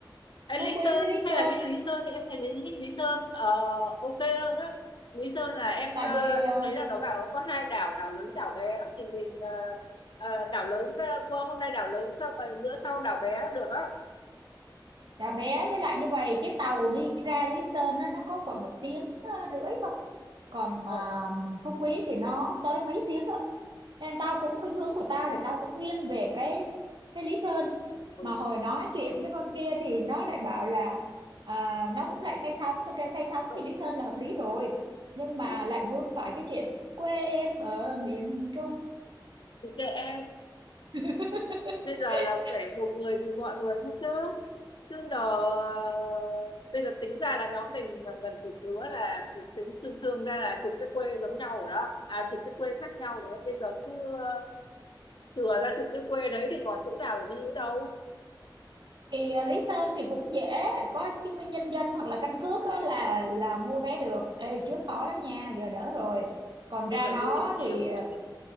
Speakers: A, on the left; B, on the right.
A: Ê,
B: Phú
A: Lý
B: Quý
A: Sơn
B: với Lý
A: hay
B: Sơn
A: là đi Lý
B: á.
A: Sơn thì em thấy Lý Lý Sơn ờ, ok hơn đó. Lý Sơn là em
B: tại
A: ờ,
B: vì
A: em
B: ờ,
A: thấy là nó bảo có hai đảo đảo lớn đảo bé đó. thì mình ờ, ờ, đảo lớn ờ, qua hôm nay đảo lớn xong rồi bữa sau đảo bé được á.
B: đã bé với lại như vậy cái tàu đi ra Lý Sơn nó nó có khoảng một tiếng ờ, rưỡi thôi còn mà
A: Ờ,
B: Phú Quý thì nó tới mấy tiếng đó nên tao cũng khuynh hướng của tao là tao cũng nghiêng về cái cái Lý Sơn
A: ừ,
B: mà hồi nói chuyện với con kia thì nó lại bảo là à, nó cũng lại say sóng tao kêu say sóng
A: ừ,
B: thì Lý Sơn là hợp lý rồi nhưng mà
A: ừ.
B: lại vướng phải cái chuyện quê em ở miền Trung
A: thì kệ em
B: <laughs>
A: bây giờ là phải một người vì mọi người thôi chứ chứ giờ ờ, bây giờ tính ra là nhóm mình mà gần chục đứa là tính xương xương ra là chục cái quê giống nhau rồi đó à chục cái quê khác nhau rồi đó. bây giờ cứ ờ, chừa ra chục cái quê đấy thì còn chỗ nào để đi nữa đâu
B: thì ờ, lý sơn thì cũng dễ có chứng minh nhân dân hoặc là căn cước á, là là mua vé được Ê, trước khó lắm nha giờ đỡ rồi còn
A: bây
B: ra
A: giờ
B: đó
A: du lịch nhiều
B: thì
A: rồi